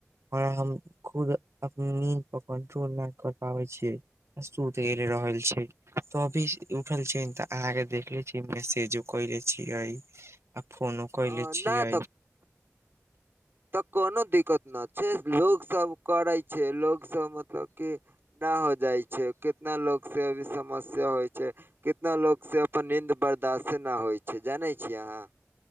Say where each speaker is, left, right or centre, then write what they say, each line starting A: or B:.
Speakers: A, on the right (about 70°); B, on the right (about 50°).
A: और हम खुद अप नींद प कंट्रोल नै कर पाबैय छियै। सुत गेले रहल छैय तो अभी उठल छी त अहाँ के देखले छी। इ मैसेजो कैले छीयै। आ फोनो कयले
B: अ
A: छियै
B: ना तक तऽ कोनो दिक्कत ना छैय, लोक सब करैय छैय, लोक सब मतलब की न हो जाइ छैय, कितना लोग से अभी समस्या होइ छैय। कितना लोक से अपन नीन्द बर्दाश्त न होइ छैय जानैय छीयै अहाँ।